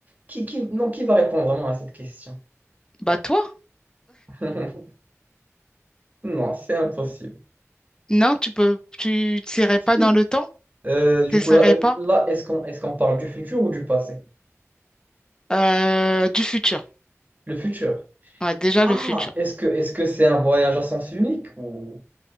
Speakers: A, on the right; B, on the left.
A: Qui, qui- non, qui va répondre vraiment à cette question?
B: Bah toi,
A: <laughs> Non, c'est impossible.
B: non, tu peux, tu t'irais
A: Si.
B: pas dans le temps,
A: Euh, du
B: t'essaierais
A: coup, là,
B: pas
A: là est-ce qu'on est-ce qu'on parle du futur ou du passé?
B: Euh, du futur.
A: Le futur.
B: Ouais, déjà
A: Ah,
B: le futur.
A: est-ce que est-ce que c'est un voyage à sens unique ou